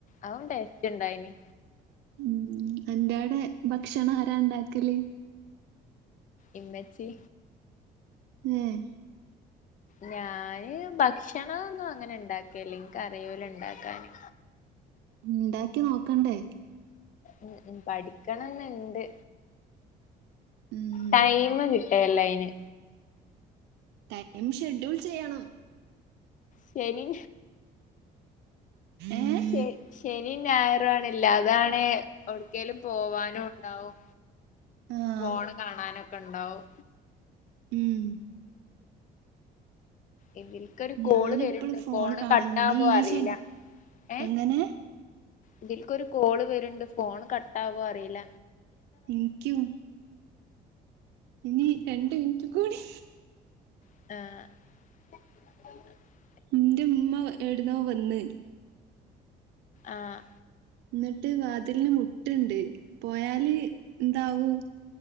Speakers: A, on the left (about 50°); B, on the right (about 80°).
A: അതും ടേസ്റ്റ് ഉണ്ടായിനി
B: ഉം അന്റെടെ ഭക്ഷണം ആരാ ണ്ടാക്കല്
A: ഇമ്മച്ചി
B: ഏഹ്
A: ഞാന് ഭക്ഷണ ഒന്നും അങ്ങനെ ഇണ്ടാ ക്കേല്ല ഇൻകറില ഉണ്ടാക്കാന്
B: ഉണ്ടാക്കി നോക്കണ്ടേ
A: ഉം ഉം പഠിക്കണംന്ന് ഇണ്ട്
B: ഉം
A: ടൈം കി എലൈന്
B: ടൈം ഷെഡ്യൂൾ ചെയ്യണം
A: ശരി
B: ഏഹ്
A: ശരി ശനി ഞായർ ആണല്ല അതാണ് ഒട്ക്കലും പോവാനും ഉണ്ടാവും
B: ആഹ്
A: ഫോണ് കാണാനൊക്കെ ഉണ്ടാവും
B: ഉം
A: എന്തിന് ഇൻക്ക് ഒരു കോള്
B: ഞാനെപ്പളും
A: വരുണ്ട് ഫോണ്
B: കാണും
A: കട്ടാവോ
B: ഇനി
A: അറിയില്ല
B: ഈ ശ
A: ഏഹ്
B: എങ്ങനെ
A: ഇതിൽക്കൊര് കോള് വര്ണ്ട് ഫോൺ കട്ടാവോ അറീല
B: എനിക്കും ഇനി രണ്ട് മിനിറ്റ് കൂടി
A: ആഹ്
B: എന്റെ ഉമ്മ എടുന്നോ വന്ന്
A: ആഹ്
B: എന്നിട്ട് വാതിലിന് മുട്ടുണ്ട് പോയാല് എന്താവും